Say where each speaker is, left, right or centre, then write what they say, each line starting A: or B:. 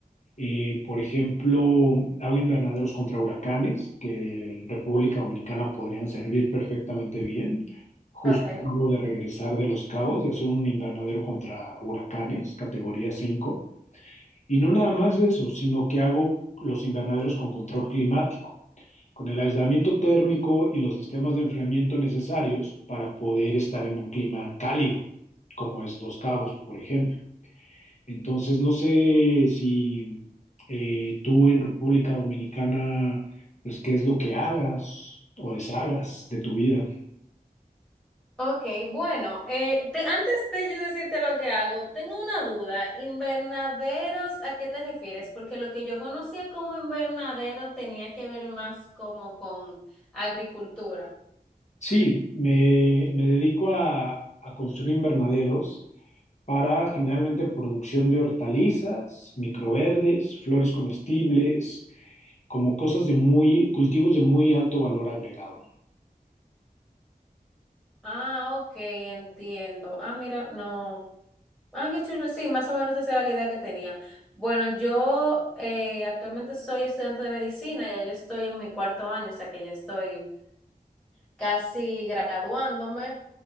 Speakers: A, on the left; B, in the centre.
A: Eh, por ejemplo, hago invernaderos contra huracanes, que en República Dominicana podrían servir perfectamente bien. Justo
B: Ok.
A: acabo de regresar de Los Cabos, de hacer un invernadero contra huracanes, categoría 5. Y no nada más eso, sino que hago los invernaderos con control climático, con el aislamiento térmico y los sistemas de enfriamiento necesarios para poder estar en un clima cálido, como es Los Cabos, por ejemplo. Entonces, no sé si eh, tú en República Dominicana, pues qué es lo que hagas o deshagas de tu vida.
B: Ok, bueno, eh, te- antes de yo decirte lo que hago, tengo una duda. ¿Invernaderos a qué te refieres? Porque lo que yo conocía como invernadero tenía que ver más como con agricultura.
A: Sí, me, me dedico a, a construir invernaderos para generalmente producción de hortalizas, microverdes, flores comestibles, como cosas de muy, cultivos de muy alto valor agregado.
B: Ah, ok, entiendo. Ah, mira, no. Ah, qué chulo, sí, más o menos esa era la idea que tenía. Bueno, yo eh, actualmente soy estudiante de medicina, ya yo estoy en mi cuarto año, o sea que ya estoy casi graduándome.